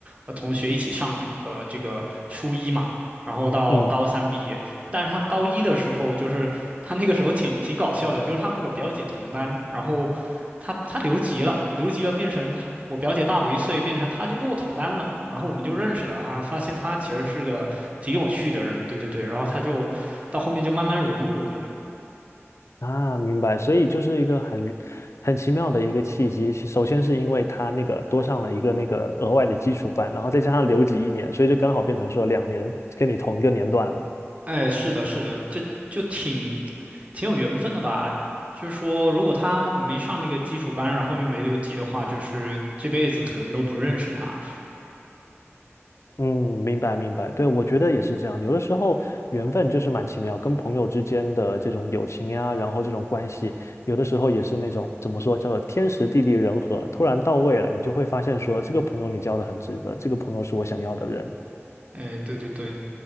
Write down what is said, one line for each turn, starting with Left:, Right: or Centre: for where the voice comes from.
Right: 呃同学一起上呃这个初一嘛，然后到高三毕业。
Left: 嗯，
Right: 但是他高一的时候，就是他那个时候挺挺搞笑的，就是他跟我表姐同班，然后他他留级了，留级了变成他我表姐大我一岁，变成他就跟我同班了，然后我们就认识了他，发现他其实是个挺有趣的人，对对对，然后他就到后面就慢慢融入我们了。
Left: 啊，明白。所以就是一个很很奇妙的一个契机。首先是因为他那个多上了一个那个额外的基础班，然后再加上留级一年，所以就刚好变成说两年跟你同一个年段了。
Right: 哎，是的，是的，这就挺挺有缘分的吧？就是说，如果他没上那个基础班，然后又没留级的话，就是这辈子可能都不认识他。
Left: 嗯，明白明白，对，我觉得也是这样。有的时候缘分就是蛮奇妙，跟朋友之间的这种友情呀，然后这种关系，有的时候也是那种怎么说，叫做天时地利人和，突然到位了，你就会发现说，这个朋友你交的很值得，这个朋友是我想要的人。
Right: 哎，对对对。